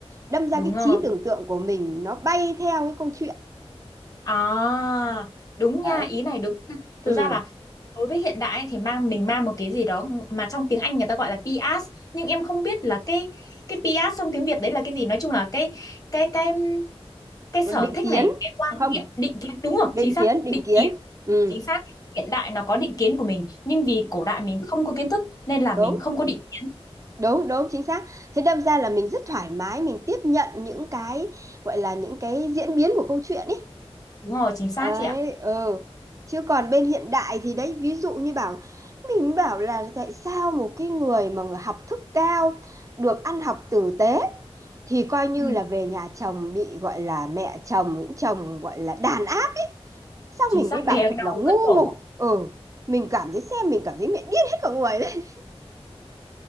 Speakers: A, on the right; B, on the left.
A: đâm ra
B: Đúng
A: cái
B: rồi.
A: trí tưởng tượng của mình nó bay theo cái câu chuyện
B: À, đúng nha,
A: đấy
B: ý này đúng. nha. Thực
A: ừ
B: ra là đối với hiện đại ấy, thì mang mình mang một cái gì đó mà trong tiếng Anh người ta gọi là PS, nhưng em không biết là cái cái PS trong tiếng Việt đấy là cái gì. Nói chung là cái cái cái cái
A: còn
B: sở
A: định
B: thích
A: kiến
B: này, cái quan
A: không
B: niệm, định kiến đúng không?
A: định
B: Chính xác,
A: kiến định
B: định
A: kiến
B: kiến,
A: ừ
B: chính xác. Hiện đại nó có định kiến của mình, nhưng vì cổ đại mình không có kiến thức nên là
A: đúng
B: mình không có định kiến.
A: đúng đúng chính xác thế đâm ra là mình rất thoải mái mình tiếp nhận những cái gọi là những cái diễn biến của câu chuyện ấy
B: Đúng rồi, chính xác
A: ấy
B: chị ạ.
A: ừ chứ còn bên hiện đại thì đấy ví dụ như bảo mình bảo là tại sao một cái người mà người học thức cao được ăn học tử tế thì coi như
B: Ừ,
A: là về nhà chồng bị gọi là mẹ chồng những chồng gọi là đàn áp xong
B: chính
A: mình
B: xác
A: mới bảo
B: đè
A: thật
B: đầu
A: là ngu
B: cất cổ.
A: ngục ừ mình cảm thấy xem mình cảm thấy mẹ điên hết cả người